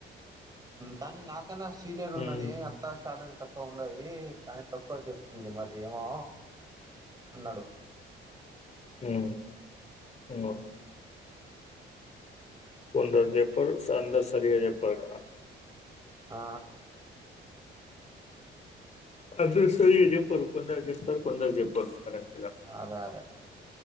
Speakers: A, on the right; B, on the left.
A: కానీ నా అక నా సీనియర్
B: హ్మ్
A: ఉన్నది అంత శాల తప్ప తక్కువ ఉన్నది కానీ తక్కువ చెప్తుంది మరి ఏమో అన్నాడు
B: ఉమ్ ఉమ్ కొంద జప్పర్ స అంద సరిగా చెప్పర్ కద
A: ఆ
B: అద సరి చెప్పారు కొందరు చెప్తారు కొందరు చెప్పారు కరెక్
A: అదే అదే